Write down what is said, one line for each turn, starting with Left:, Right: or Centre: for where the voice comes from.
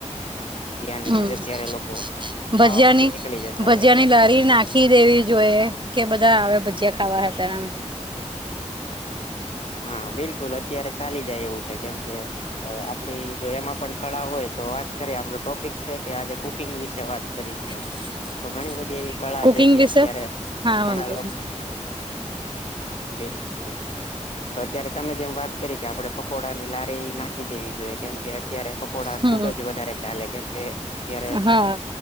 Left: ભજીયાની
Right: હમ,
Left: છે
Right: <inaudible>
Left: અત્યારે લોકો
Right: <inaudible> ભજયાની
Left: ખાવા માટે નીકળી જતા
Right: ભજીયાની
Left: હોય છે અત્યારે
Right: લારી
Left: તો
Right: નાખી દેવી જોઈ, કે બધા આવે ભજીયા ખાવા હા તરામ,
Left: હા બિલકુલ અત્યારે ચાલી જાય એવું છે કેમ કે, આપડી જો એમાં પણ કળા હોય તો વાત કરીએ આપડું ટોપિક છે કે કુકિંગ વાત કરીશું એમ,
Right: <inaudible> <inaudible> <inaudible>
Left: તો ઘણી બધી એવી કળા
Right: કુકિંગ
Left: છે કે
Right: વિશે
Left: અત્યારે
Right: હા
Left: ઘણા
Right: વાંધો
Left: લોકો, બિલકુલ બિલકુલ <inaudible> તો અત્યારે તમે જેમ વાત કરી કે આપડણે પકોડાની લારી નાખી દેવી જોઈએ કેમ કે અત્યારે પકોડા,
Right: હમ
Left: ખુબ જ વધારે ચાલે કેમ કે અત્યારે,
Right: હા